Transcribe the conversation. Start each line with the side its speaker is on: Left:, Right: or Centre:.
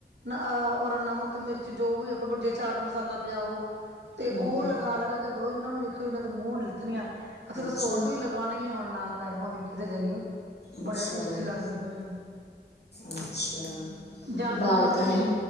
Right: ਔਰ ਨਮਕ ਮਿਰਚ ਜੋ ਵੀ ਆਪਾਂ ਜੇ ਚਾਟ ਮਸਾਲਾ ਪਿਆ ਉਹ ਤੇ
Left: ਹੂੰ
Right: ਉਹ ਲਗਾ ਲਗਾ ਕਿ ਦੋ ਇਹਨਾਂ ਨੂੰ ਦੇਖਿ ਇਹਨਾਂ ਦੇ ਮੂੰਹ ਲੱਥਣੀਆਂ। ਅੱਛੇ ਤਾਂ
Left: ਅੱਛਾ
Right: ਸੋਸ ਵੀ ਲਗਾਉਣਾ ਹੀ ਹੈ ਹੁਣ ਨਾਲ ਮੈਡਮਾਂ ਵੇਖੀ ਤਾਂ ਜਾਈਓ। ਬੜੇ
Left: ਅੱਛਾ
Right: ਟੇਸਟੀ ਲੱਗਦੀ ਹਮ।
Left: ਅੱਛਾ
Right: ਜਾਂ
Left: ਉਬਾਲ
Right: ਫਿਰ ਮੱਖਣੀ
Left: ਕੇ ਹੈ।